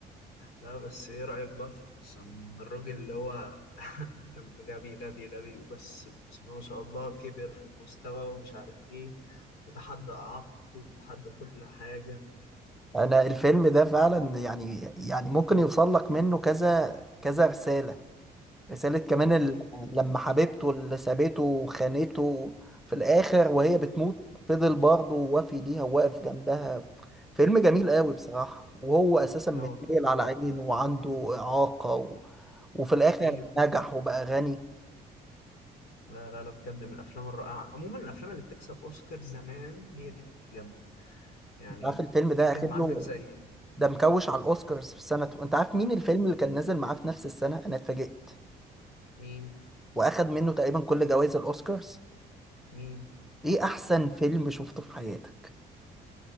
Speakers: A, on the left; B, in the centre.
A: لا بس ايه رأيك بقى في القصة من الراجل اللي هو <laughs> كان غبي غبي غبي وبس بسم الله ما شاء الله كبر في المستوى ومش عارف ايه وتحدى إعاقته وتحدى كل حاجة
B: انا الفيلم ده فعلا يعني يعني ممكن يوصل لك منه كذا كذا رسالة رسالة كمان ال-
A: ايوه ايوه
B: لما حبيبته اللي سابته وخانته في الآخر وهي بتموت فضل برضه وافي ليها وواقف جنبها فيلم جميل قوي بصراحة وهو أساسا
A: لا
B: متنيل
A: هو فيلم
B: على
A: رائع
B: عينه وعنده إعاقة و... وفي الآخر
A: ايوه
B: نجح وبقى غني
A: لا لا لا بجد من الافلام الرائعة عموما الافلام اللي بتكسب اوسكار زمان هي دي اللي كانت جامدة يعني
B: أنت عارف الفيلم
A: في
B: ده
A: فيلم
B: أخد
A: عندك
B: له
A: زي
B: ده مكوش على الأوسكارز في سنته أنت عارف مين الفيلم
A: ايوه
B: اللي كان نازل معاه في نفس السنة أنا اتفاجئت
A: مين
B: وأخد منه تقريبا كل جوائز الأوسكارز
A: مين
B: إيه أحسن فيلم شفته في حياتك